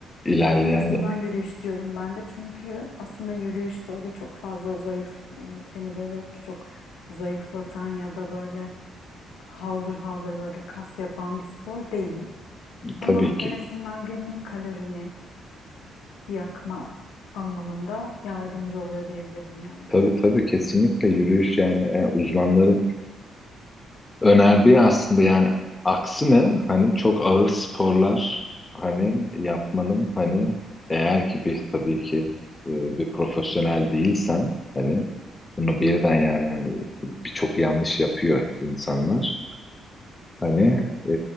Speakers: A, on the left; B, on the left.
A: İlerleyen
B: Ya en azından yürüyüş diyorum ben de çünkü aslında yürüyüş böyle çok fazla zayıf, seni böyle çok zayıflatan ya da böyle haldır haldır böyle kas yapan bir spor değil.
A: tabii
B: Ama
A: ki.
B: en azından günlük kalorini yakma anlamında yardımcı oluyor diyebilirim yani.
A: Tabii tabii kesinlikle yürüyüş yani e, uzmanların önerdiği aslında yani aksine hani çok ağır sporlar hani yapmanın hani eğer ki bir tabii ki e, bir profesyonel değilsen hani bunu birden yani hani birçok yanlış yapıyor insanlar. Hani
B: Tabii.
A: e,